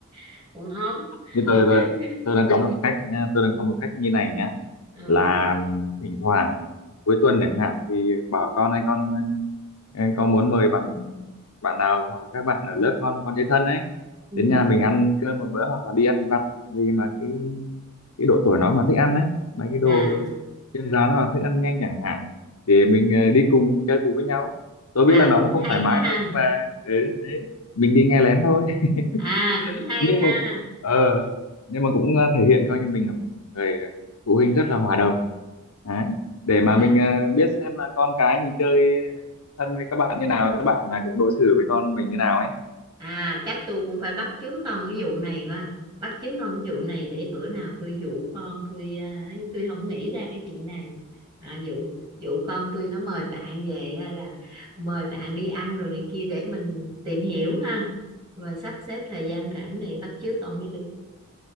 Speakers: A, on the right; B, on the left.
A: <laughs> còn ông
B: như tôi
A: <laughs>
B: tôi, tôi đang có một cách nha, tôi đang có một cách như này nhá
A: ừ.
B: là thỉnh thoảng cuối tuần chẳng hạn thì bảo con hay con ờ, có muốn mời bạn bạn nào hoặc là các bạn ở lớp con con chơi thân ấy
A: ừ.
B: đến nhà mình ăn cơm một bữa hoặc là đi ăn vặt vì mà cái cái độ tuổi nó mà thích ăn ấy mấy cái đồ
A: à
B: trên rán hoặc thức ăn nhanh chẳng hạn để mình ờ, đi cùng chơi cùng với nhau tôi biết
A: à
B: là nó
A: cũng
B: cũng không
A: hay
B: thoải mái
A: ha
B: đâu nhưng mà ừ, đấy. mình đi nghe lén thôi
A: à cũng
B: <laughs>
A: hay
B: nhưng
A: ha
B: mà ờ, nhưng mà cũng ờ, thể hiện coi như mình là một người phụ huynh rất là hòa đồng đấy để mà
A: à
B: mình ờ, biết xem là con cái mình chơi thân với các bạn như nào các bạn là cũng đối xử với con mình như nào ấy
A: À chắc tôi cũng phải bắt chước ông cái vụ này quá. Bắt chước ông cái vụ này để bữa nào tôi dụ con tôi à, ấy, tôi không nghĩ ra cái chuyện này. À, dụ dụ con tôi nó mời bạn về hay là mời bạn đi ăn rồi này kia để mình tìm hiểu ha. Rồi sắp xếp thời gian rảnh để bắt chước ông mới được.